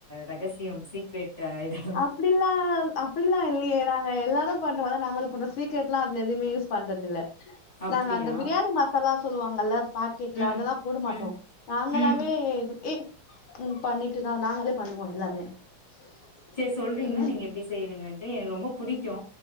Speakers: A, on the left (about 15°); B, on the left (about 80°).
A: ரகசியம் சீக்ரெட் இது
B: அப்டில்லா அப்டிலா இல்லியே நாங்க எல்லாரு பண்றதா நாங்களூ பன்றோ சீக்ரட்லா அதுல எதுவுமே யூஸ் பண்றதுல
A: அப்டியா
B: நாங்க அந்த பிரியாணி மசாலா சொல்லுவாங்கல்ல பாக்கெட்ல
A: ம்
B: அதெல்லா போட மாட்டோ
A: ம்
B: நாங்களாவே
A: ம்
B: இது ஏ பண்ணிட்டுதா நாங்களே பண்ணுவோ எல்லாமே <inaudible>
A: சேரி சொல்றீங்களா
B: ம்
A: நீங்க எப்டி செய்ரீங்கன்ட்டு எனக்கு ரொம்ப புடிக்கு